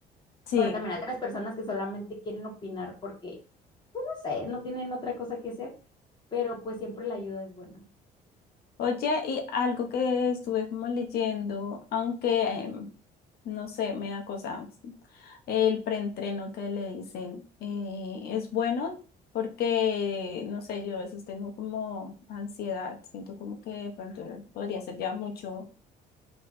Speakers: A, on the left; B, on the left.
A: sí.
B: Pero también hay otras personas que solamente quieren opinar porque, pues no sé, no tienen otra cosa que hacer, pero pues siempre la ayuda es buena.
A: Oye, y algo que estuve como leyendo, aunque em, no sé, me da cosa, el preentreno que le dicen eh, es bueno porque, no sé, yo a veces tengo como ansiedad, siento como que de pronto podría ser ya mucho.